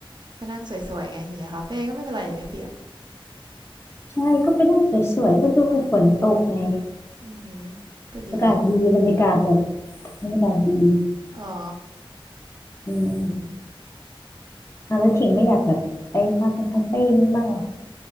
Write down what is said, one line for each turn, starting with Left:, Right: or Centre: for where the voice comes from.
Right: ไปนั่งสวยๆไงอยู่ในคาเฟ่ก็ไม่เป็นไรเนี่ยไม่เปียก
Left: ใช่ก็ไปนั่งสวยๆก็ดูฝนตกไง
Right: อือหือก็ดี
Left: อากาศดีบรรยากาศแบบบรรยากาศดี
Right: อ๋อ
Left: อืม
Right: อืม
Left: อ่ะแล้วถิงไม่อยากแบบไปคาเฟ่คาเฟ่ย่งนี้บ้างเหรอ